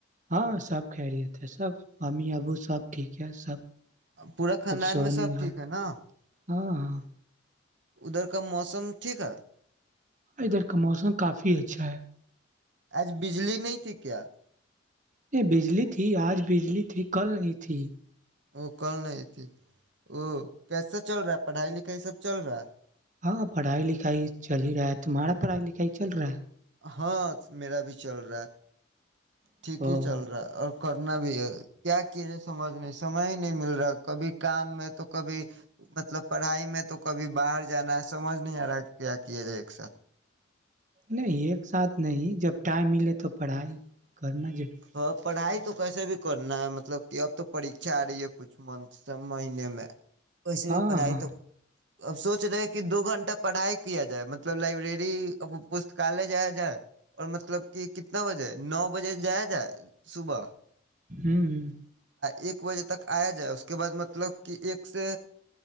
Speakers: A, on the right; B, on the right.
A: ہاں سب کہہرییے تھے سب <unintelligible> امیی ابو سب ٹھیک ہے سب <unintelligible>
B: پورا خاندان
A: اب سونے
B: میں سب ٹھ
A: گھر
B: ہے نا <unintelligible>
A: ہاں ہاں
B: ادھر کا موسم ٹھیک ہے <unintelligible>
A: ادھر کا موسم کافی اچھا ہے <unintelligible>
B: آج بجلی نہیں تھی کیا <unintelligible>
A: یہ بجلی تھی آج بجلی تھی کل نہیں تھی <unintelligible>
B: ا کل نہیں تھی ا کیسا چل رہا ہے پڑھائی لکھائی سب چل رہا ہے <unintelligible>
A: ہاں پڑھائی لکھائی چل ہی رہا ہے تمہارا پڑھائی لکھائی چل رہا ہے <unintelligible>
B: ہاں میرا بھی چل رہا ہے ٹھیک
A: ہے او
B: ہی چل رہا اور ک <unintelligible> کرنا بھی ہے <unintelligible> کیا کی جائے سمجھ نہیں سمج ہی نہیں <unintelligible> مل رہا کبھی کام میں تو کبھی مطلب پڑھائی میں تو <unintelligible> کبھی باہر جانا ہے سمج نہیں رہا کیا کیا جائے ایک ساتھ <unintelligible>
A: نہیں ایک ساتھ نہیں جب ٹائم ملے تو پڑھائی کرناج <unintelligible>
B: ہاں پڑھائی تو کیسے بھی کرنا ہے مطلب کہ اب تو پریھا آ رہی ہے کچھ منتھ سے مہینے میں <unintelligible> ویسے بھی
A: ہاں
B: پڑھائی
A: ہاں
B: تو اب سوچ رہے کہ دو گھنٹہ <unintelligible> پڑھائی کیا جائے مطلب <unintelligible> مطلب لائبریری اب <unintelligible> پستکالیہ جایا جائے اور مطلب کہ کتنا بجے نو بجے جائے <unintelligible> صبح <unintelligible>
A: ہوں ہ
B: ایک بجے تک آیا جائے اس کے بعد مطلب کہ ایک سے